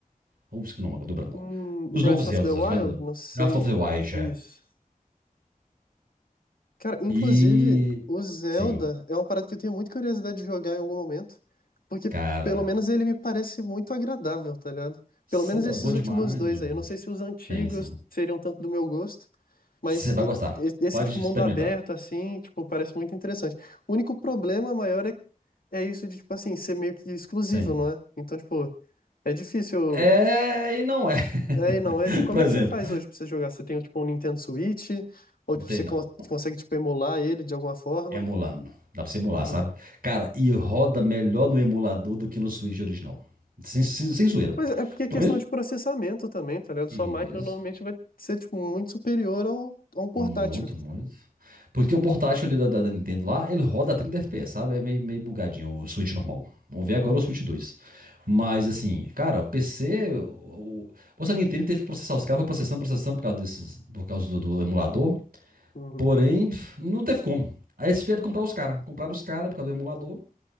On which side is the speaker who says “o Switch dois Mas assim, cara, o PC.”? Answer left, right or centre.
Right